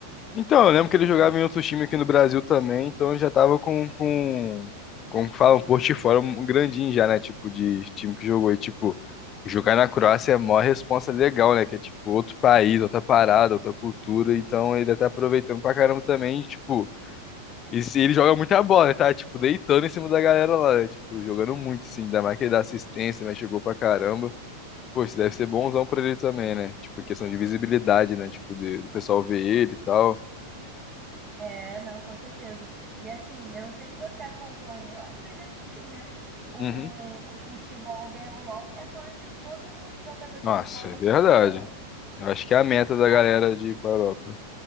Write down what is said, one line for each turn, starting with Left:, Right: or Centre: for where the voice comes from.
Left: Então, eu lembro que ele
Right: Mas-
Left: jogava em outro time aqui no Brasil também, então ele já tava com, com, como que fala, um portfólio grandinho já, né? Tipo, de time que jogou. E, tipo, jogar na Croácia é a maior responsa legal, né? Que é, tipo, outro país, outra parada, outra cultura. Então, ele tá aproveitando pra caramba também, e, tipo... E se- ele joga muita bola, né, tá? Tipo, deitando em cima da galera lá, né? Tipo, jogando muito, assim. Ainda mais que ele dá assistência, mas chegou pra caramba. Pô, isso deve ser bonzão pra ele também, né? Tipo, questão de visibilidade, né? Tipo, de, do pessoal ver ele e tal.
Right: é, não, com certeza. E assim, eu não sei se você acompanha, eu acredito que sim, né? O,
Left: Uhum.
Right: o futebol da Europa é sonho de todo jogador
Left: Nossa,
Right: de futebol jogar
Left: é verdade.
Right: na Europa.
Left: Eu acho que é a meta
Right: E, tipo,
Left: da galera de ir pra Europa.